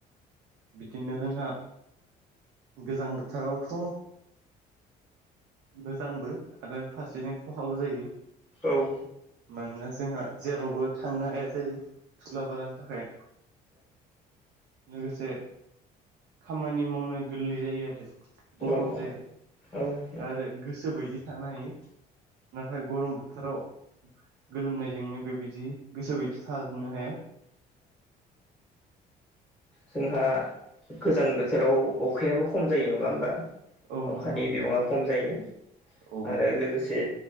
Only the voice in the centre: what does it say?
औ
औ
औ औ।
जोंहा गोजां बोथोराव अखायाबो खम जायो नङा होमबा?
अखानि
बिबाङा खम जायो
आरो लोगोसे